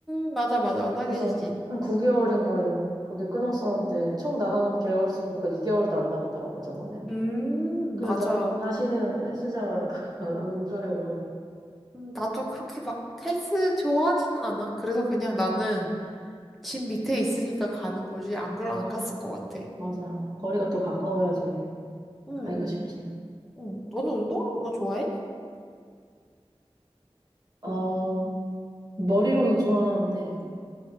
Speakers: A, in the centre; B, on the right (about 40°).
A: 음, 맞아, 맞아. 사귀지지
B: 그래서 한 9개월인가 요 그렇게 끊었었는데 총 나가는 개월수 보니까 2개월도 안 나갔더라고 저번에.
A: 음,
B: 그래서
A: 맞아.
B: 다, 다시는 헬스장을 <laughs> 안 가려고 해.
A: 음, 나도 그렇게 막 헬스 좋아하지는 않아. 그래서 그냥 나는 집 밑에 있으니까 가는 거지. 안 그럼
B: 어.
A: 안 갔을 것 같아.
B: 맞아. 거리가 또 가까워야지
A: 응,
B: 가기가
A: 응.
B: 쉽지.
A: 응. 너는 운동하는 거 좋아해?
B: 어, 머리로는 좋아하는데